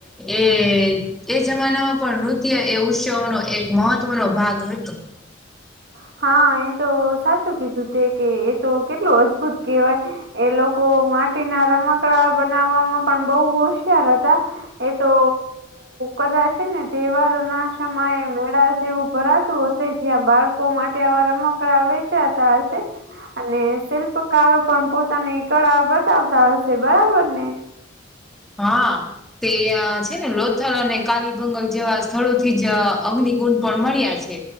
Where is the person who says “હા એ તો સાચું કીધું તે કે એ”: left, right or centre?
Right